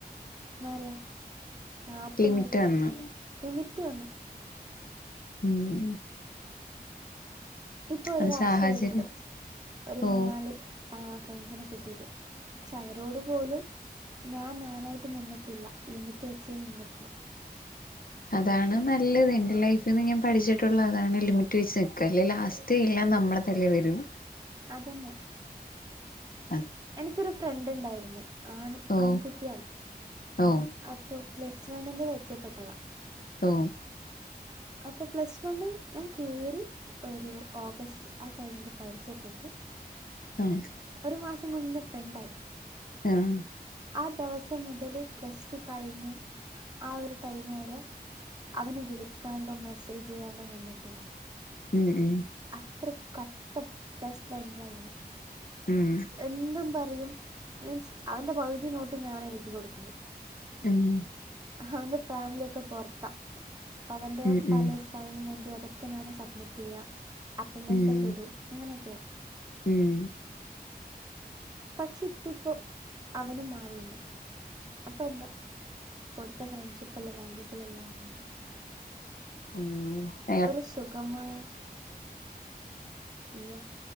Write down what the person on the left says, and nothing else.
ലിമിറ്റ് വന്ന്
ഉം
അത്
സാഹചര്യം
ഓ
അതാണ് നല്ലത് എൻ്റെ ലൈഫിൽന്ന് ഞാൻ പഠിച്ചിട്ടുള്ള അതാണ് ലിമിറ്റ് വെച്ച് നിൽക അല്ലേ ലാസ്റ്റ് കുറ്റം എല്ലാം നമ്മള തലേ വരും
ആ
ഓ
ഓ
ഓ
ആഹ്
എഹ്
ഹ്ഹ്.
മ്മ്ഹ്..
മ്മ്ഹ്.
ഉം
ഉം ഉം
ഉം
മ് ഹ